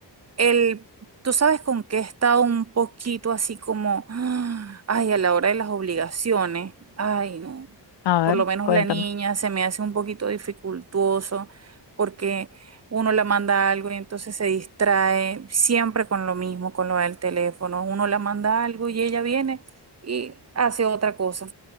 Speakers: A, on the right; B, on the left.
A: el, tú sabes con qué he estado un poquito así como, <gasps> ah, ay, a la hora de las obligaciones, ay, no,
B: A ver,
A: por lo menos
B: cuéntame.
A: la niña se me hace un poquito dificultuoso porque uno la manda algo y entonces se distrae siempre con lo mismo, con lo del teléfono, uno la manda algo y ella viene y hace otra cosa,